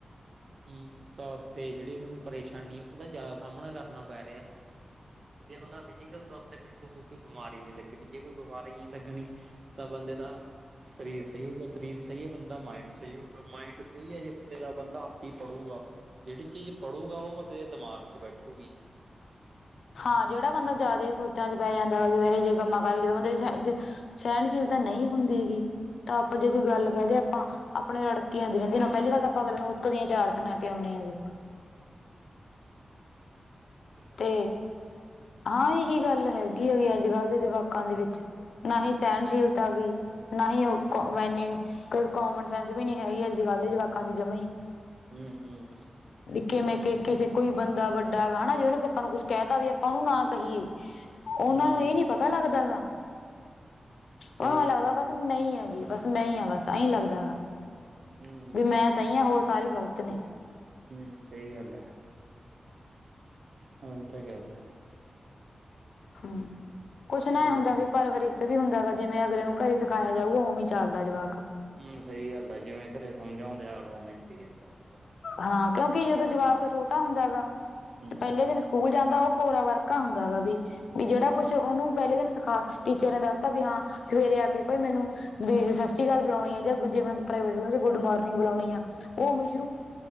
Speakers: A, on the right; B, on the left.
A: ਮ ਤੌਰ ਤੇ ਜਿਹੜੀ ਉਹਨਾਂ ਨੂੰ ਪਰੇਸ਼ਾਨੀ, ਉਹਦਾ ਜ਼ਿਆਦਾ ਸਾਹਮਣਾ ਕਰਨਾ ਪੈ ਰਿਹਾ ਹੈ। ਜੇ ਬੰਦਾ ਫਿਜੀਕਲ ਤੌਰ ਤੇ ਫਿੱਟ ਹੋਊ ਕੋਈ ਬਿਮਾਰੀ ਨੀ ਲੱਗਣੀ ਜੇ ਕੋਈ ਬਿਮਾਰੀ ਨਹੀਂ ਲੱਗਣੀ। ਤਾਂ ਬੰਦੇ ਦਾ। ਸਰੀਰ ਸਹੀ ਹੋਊਗਾ, ਸਰੀਰ ਸਹੀ ਹੈ, ਬੰਦਾ ਮਾਇੰਡ ਸਹੀ ਹੋਊਗਾ, ਮਾਇੰਡ ਸਹੀ ਹੈ ਜੇ ਬੰਦੇ ਦਾ ਬੰਦਾ। ਵੀ ਪੜੂਗਾ ਜਿਹੜੀ ਚੀਜ਼ ਪੜੂਗਾ ਉਹ ਬੰਦੇ ਦੇ ਦਿਮਾਗ ਚ ਬੈਠੂਗੀ।
B: ਹਾਂ ਜਿਹੜਾ ਬੰਦਾ ਜ਼ਿਆਦਾ ਸੋਚਾਂ ਚ ਪੈ ਜਾਂਦਾ ਵਾ ਜਦੋਂ ਇਹੋ ਜਿਹੇ ਕੰਮਾਂ ਕਰ ਜਦੋਂ ਬੰਦੇ ਸਹਿਣਸ਼ੀਲਤਾਂ ਨਹੀਂ ਹੁੰਦੀ ਹੈਗੀ। ਤਾਂ ਆਪਾਂ
A: ਹਮ
B: ਜੇ ਕੋਈ ਗੱਲ ਕਹਿ ਦੇ ਆਪਾਂ ਆਪਣੇ ਰੜਕੇ ਆਉਂਦੇ ਰਹਿੰਦੇ ਨੇ ਪਹਿਲੀ ਗੱਲ ਤਾਂ ਆਪਾਂ ਅਗਲੇ ਨੂੰ। ਇਕ ਦੀਆਂ ਚਾਰ ਸੁਣਾ ਕੇ ਆਉਂਣੇ ਆਗੇ।
A: ਉਹੀ ਗੱਲ
B: ਤੇ
A: ਆ ਨਾ।
B: ਹਾਂ ਇਹੀ ਗੱਲ ਹੈਗੀ ਹੋਗੀ ਅੱਜ ਕੱਲ ਦੇ ਜਵਾਕਾਂ ਦੇ ਵਿੱਚ। ਨਾ ਹੀ ਸਹਿਣਸ਼ੀਲਤਾ ਗੀ, ਨਾ ਹੀ ਉਹ ਮੈਨੀ। ਕ ਕੋਾਮਨ ਸੈਂਸ ਵੀ ਨਹੀਂ ਹੈਗੀ ਅੱਜ ਕੱਲ ਦੇ ਜਵਾਕਾਂ ਚ ਜਮਾ ਹੀ।
A: ਹੂੰ। ਹੂੰ।
B: ਨ ਕਿ ਮਂਕੇ ਕਿਸੇ ਕੋਈ ਬੰਦਾ ਵੱਡਾ ਹੈਗਾ ਹੈ ਜੇ ਉਹਨੂੰ। ਆਪਾਂ ਨੂੰ ਕੁਛ ਕਹਿ ਤਾ ਵੀ ਆਪਾਂ ਉਹਨੂੰ ਨਾ ਕਹੀਏ, ਉਹਨਾਂ
A: ਹੂੰ
B: ਨੂੰ ਇਹ ਨੀ ਪਤਾ ਲੱਗਦਾ ਹੈਗਾ।
A: ਸਹੀ
B: ਉਹਨੂੰ ਐ
A: ਗੱਲ
B: ਲੱਗਦਾ
A: ਹੈ
B: ਬਸ ਮੈਂ ਹੈਗੀ ਬਸ ਮੈਂ ਹ ਬਸ, ਇਹੀਂ ਲੱਗਦਾ ਹੈਗਾ।
A: ਹੂੰ ਹੂੰ
B: ਵੀ ਮੈਂ
A: ਹੂੰ।
B: ਸਹੀ ਆ, ਹੋਰ ਸਾਰੇ ਗ਼ਲਤ ਨੇ।
A: ਹੂੰ ਸਹੀੱ ਗੱਲ ਹੈ। ਉਹੀ ਤੇ ਗਲ ਐ।
B: ਹੂੰ ਕੁਛ ਨਾ
A: ਹੋਰ
B: ਏ ਹੁੰਦਾ ਵੀ ਪਰਵਰੀਸ਼। ਵੀ ਹੁੰਦਾ ਗਾ ਜਿਵੇਂ ਅਗਲੇ ਨੂੰ ਘਰੇ ਸਿਖਾਇਆ ਜਾਊਗਾ ਉਵੇ ਵੀ ਚੱਲਦਾ ਜਵਾਕ।
A: ਹੂੰ ਸਹੀ ਗੱਲ ਆ, ਜਿਵੇਂ ਘਰੇ ਸਮਝ ਆਉਂਦੇ ਆਗਲਾ ਓਵੇਂ ਕਰੇ ਜਾਂਦਾ ਹੈ ਗਾ।
B: ਹਾਂ ਕਿਉਂਕਿ ਜਦੋਂ ਜਵਾਕ ਛੋਟਾ ਹੁੰਦਾ ਹੈਗਾ
A: ਹੂੰ
B: ਤੇ ਪਹਿਲੇ
A: ਹੂੰ।
B: ਦਿਨ। ਸਕੂਲ ਜਾਂਦਾ ਉਹ ਕੋਰਾ ਵਰਕਾ ਹੁੰਦਾ ਗਾ ਵੀ, ਹੈਗਾ ਵੀ ਜਿਹੜਾ ਕੁਛ ਉਹਨੂੰ ਪਹਿਲੇ ਦਿਨ ਸਿਖਾ। ਟੀਚਰ ਨੇ ਦੱਸਤਾ ਵੀ ਹਾਂ, ਸਵੇਰੇ ਆ ਕੇ ਭਾਈ ਮੈਨੂੰ ਸਤਿ ਸ੍ਰੀ ਅਕਾਲ ਬੁਲਾਉਣੀ ਹੈ, ਜਾਂ ਜਿਵੇਾਈ ਸਕੂਲਾਂ ਚ ਗੁੱਡ ਮੋਾਰਨਿੰਗ ਬੁਲਾਉਣੀ ਆ ਉਹ ਵਿਚ-